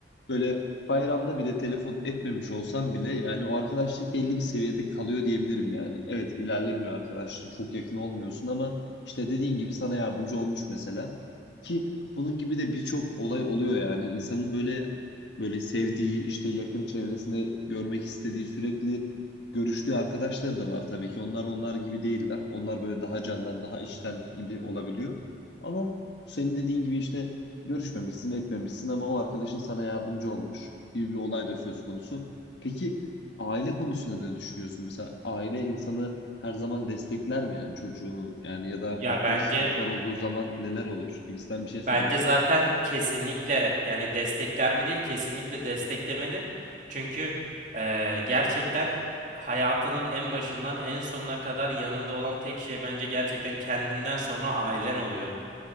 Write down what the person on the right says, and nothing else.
Ya
bence
Bence
zaten kesinlikle yani destekler mi değil kesinlikle desteklemeli. Çünkü eee, gerçekten hayatının en başından en sonuna kadar yanında olan tek şey bence gerçekten kendinden sonra ailen oluyor.